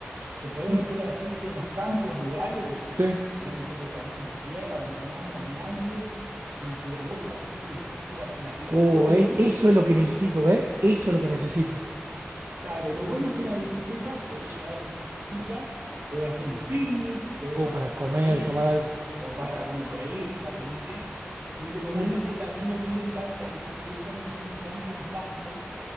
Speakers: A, on the right; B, on the right.
A: te podés
B: Mm.
A: meter así, viste, en los campos rurales,
B: Sí.
A: te podés meter por caminos de tierra donde no anda nadie, naturaleza pura, pura, pura. Y
B: Oh,
A: lo bueno,
B: eh, eso es lo que necesito, ¿eh? Eso es lo que necesito.
A: claro, y lo bueno es que en la bicicleta podés llevar algunas cositas, podés hacer un picnic, podés parar
B: O para
A: por
B: comer,
A: ahí,
B: tomar algo.
A: o parar a comer por ahí, exactamente. Y lo bueno
B: Mm.
A: es que también no tiene tan, la bicicleta no tiene tanto impacto